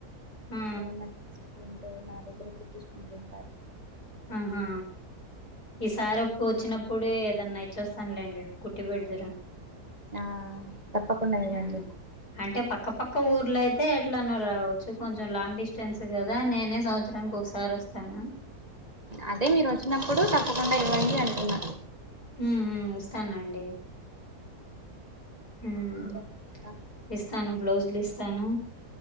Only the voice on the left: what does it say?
ఆ
ఆహా ఈసారి ఎప్పు వచ్చినప్పుడు ఏదన్నా ఇచ్చి వస్తానులేండి కుట్టి బెడుదురు
ఆ అంటే పక్కపక్క ఊర్లు అయితే ఎట్లాన్నా రావచ్చు కొంచెం లాంగ్ డిస్టెన్స్ కదా నేనే సంవత్సరానికి వ ఈ సార్ వస్తాను
ఉమ్ మ్ ఇస్తానండి హ్మ్.
ఇస్తాను బ్లౌజ్లు ఇస్తాను